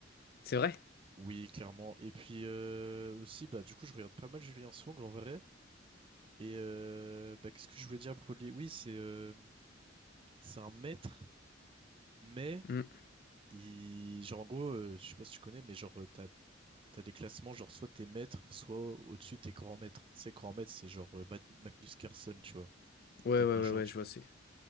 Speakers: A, on the left; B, on the right.
A: C'est vrai?
B: Oui, clairement. Et puis euh, aussi, bah du coup, je regarde pas mal Julien Song en vrai. Et euh, bah, qu'est-ce que je voulais dire pour lui? Oui, c'est euh, c'est un maître, mais
A: Hmm.
B: il, genre en gros, euh, je sais pas si tu connais, mais genre euh, t'as t'as des classements, genre soit t'es maître, soit au-dessus t'es grand maître. C'est grand maître, c'est genre euh, Matt- Magnus Carlsen, tu vois,
A: Ouais,
B: des
A: ouais,
B: meilleurs
A: ouais,
B: joueurs
A: ouais,
B: du
A: je vois,
B: monde.
A: c'est.